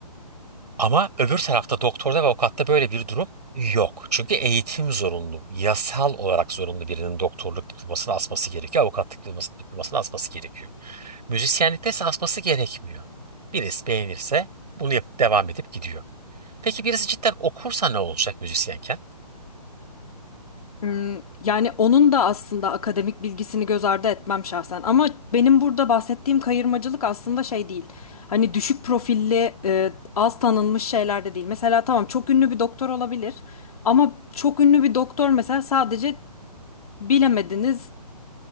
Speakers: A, on the right (about 75°); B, on the left (about 60°).
A: Ama öbür tarafta doktorda ve avukatta böyle bir durum yok. Çünkü eğitim zorunlu. Yasal olarak zorunlu birinin doktorluk diplomasını asması gerekiyor. Avukatlık diploması- diplomasını asması gerekiyor. Müzisyenlikte ise asması gerekmiyor. Birisi beğenirse bunu yapıp devam edip gidiyor. Peki birisi cidden okursa ne olacak müzisyenken?
B: Hmm, Yani onun da aslında akademik bilgisini göz ardı etmem şahsen. Ama benim burada bahsettiğim kayırmacılık aslında şey değil. Hani düşük profilli, e, az tanınmış şeyler de değil. Mesela tamam çok ünlü bir doktor olabilir. Ama çok ünlü bir doktor mesela sadece bilemediniz,